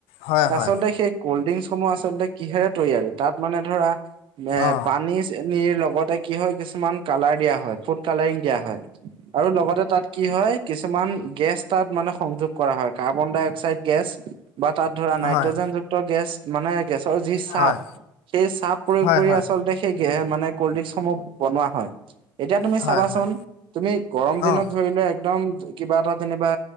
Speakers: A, on the left; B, on the right.
A: হয়
B: আচলতে
A: হয়
B: সেই কল্ড ড্ৰিংচসমূহ আচলতে কিহেৰে তৈয়াৰী তাত মানে ধৰা এ
A: অ
B: পানী চানিৰ লগতে কি হয় কিছুমান কালাৰ দিয়া হয় ফুড কালাৰিং দিয়া হয় আৰু লগতে তাত কি হয় কিছুমান গেছ তাত মানে সংযোগ কৰা হয়। কাৰ্বন ডাই অক্সাইড গেছ, বা তাত ধৰা নাইট্ৰজেন
A: হয়
B: যুক্ত গেছ, মানে গেছৰ যি চাপ,
A: হয়
B: সেই চাহ প্ৰয়োগ
A: হয়
B: কৰি
A: হয়
B: আচলতে সেই গে মানে কল্ড ড্ৰিংকসমূহ বনোৱা হয়। এতিয়া তুমি
A: হয়
B: চাবাচোন
A: হয়
B: তুমি গৰম দিনত
A: অ
B: ধৰি লোৱা একদম কিবা এটা তেনিবা